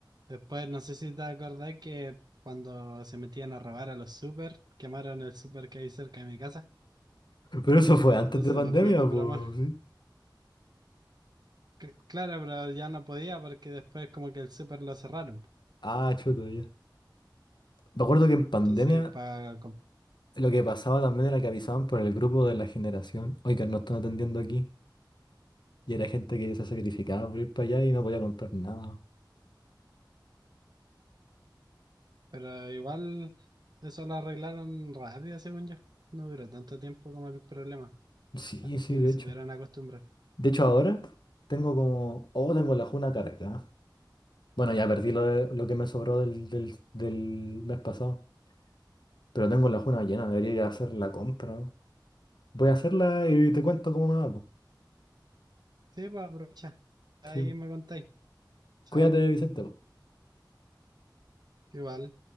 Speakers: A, on the right; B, on the left.
A: Después, no sé si te acordás que cuando se metían a robar a los super, quemaron el super que hay cerca de mi casa.
B: pero eso fue antes
A: Entonces
B: de pandemia,
A: no pude comprar
B: pues,
A: más.
B: sí.
A: Cl- claro, pero ya no podía porque después como que el super lo cerraron.
B: Ah, chuta, ya. Me acuerdo que en pandemia
A: Entonces, para...
B: Lo que pasaba también era que avisaban por el grupo de la generación, oigan, no están atendiendo aquí. Y era gente que se sacrificaba por ir para allá y no podía comprar nada.
A: pero igual eso lo arreglaron rápido, según yo. No duró tanto tiempo como el problema.
B: Sí,
A: Ah,
B: sí,
A: Como
B: de
A: que
B: hecho.
A: se pudieron acostumbrar.
B: De hecho, ahora tengo como, oh, tengo la juna cargada. Bueno, ya perdí lo, de- lo que me sobró del, del, del mes pasado. Pero tengo la juna llena, debería ir a hacer la compra. Voy a hacerla y te cuento cómo me va. po.
A: Sí, pues aprovecha. Ahí
B: Sí. po.
A: me contáis. Chao.
B: Cuídate, Vicente. po.
A: Igual.